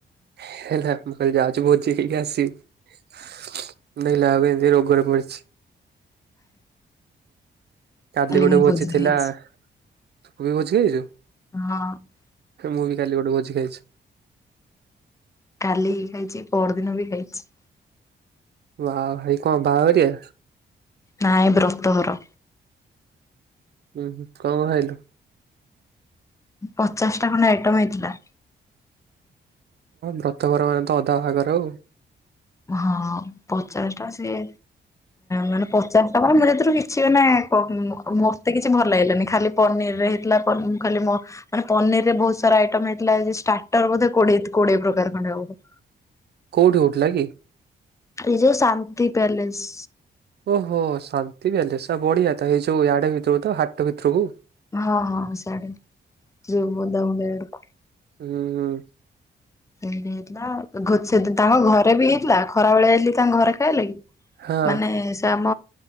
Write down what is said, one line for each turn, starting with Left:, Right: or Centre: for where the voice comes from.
Right: ହେଲା ମୁଁ ଯାଉଚି ଭୋଜି ଖାଇକି ଆସିବି। ନାଇ ଲାଗୁ ଏନ୍ତି ରୋଗରେ ପଡିଛି। କାଲି ଗୋଟେ
Left: ମୁଁ
Right: ଭୋଜିିଥିଲା।
Left: ଭୋଜି ଖାଇଛି।
Right: ତୁ ବି ଭୋଜି ଖାଇଛୁ
Left: ହଁ
Right: ମୁଁ ବି କାଲି ଗୋଟେ ଭୋଜି ଖାଇଛି।
Left: କାଲି ଖାଇଛି ପରଦିନ ବି ଖାଇଛି।
Right: ବା ଭାଇ କଣ ବାହାଘରିଆ?
Left: ନାଇଁ ବ୍ରତଘର।
Right: ହୁଁ ହୁଁ କଣ କଣ ଖାଇଲୁ?
Left: ପଚାଶଟା ଖଣ୍ଡେ ଆଇଟମ ହେଇଥିଲା।
Right: ବ୍ରତଘର ମାନେ ତ ଅଧା ବାହାଘର ଆଉ।
Left: ହଁ ପଚାଶଟା ସିଏ ମାନେ ପଚାଶ ଟା କଣ ମିଳେ ସେଥିରୁ କି କିଛି ମାନେ କଣ ମତେ କିଛି ଭଲ ଲାଗିଲାନି ଖାଲି ପନିରରେ ହେଇଥିଲା ପନ ମୁଁ ଖାଲି ମ ମାନେ ପନିରରେ ବହୁତ ସାରା ଆଇଟମ ହେଇଥିଲା ଯ ଷ୍ଟାର୍ଟର ବୋଧେ କୋଡିଏ ତ କୋଡିଏ ପ୍ରକାର ଖଣ୍ଡେ ହବ।
Right: କୋଉଠି ହଉଥିଲା କି?
Left: ଏଇ ଯଉ ଶାନ୍ତି ପ୍ୟାଲେସ୍।
Right: ଓହୋ ଶାନ୍ତି ପ୍ୟାଲେସ୍ ଆ ବଢିଆ ତ ଏଇ ଯଉ ଇଆଡେ ଭିତରକୁ ତ ହାଟ ଭିତରକୁ?
Left: ହଁ ହଁ ସିଆଡେ ଯଉ <unintelligible>
Right: ହୁଁ- ହୁଁ।
Left: ସେମତି ହେଇଥିଲା <unintelligible> ସେ ତାଙ୍କ ଘରେ ବି ହେଇଥିଲା ଖରା ବେଳେ ଆଇଲିି ତାଙ୍କ ଘରେ ଖାଇଲି।
Right: ହଁ
Left: ମାନେ ସେ ଆମ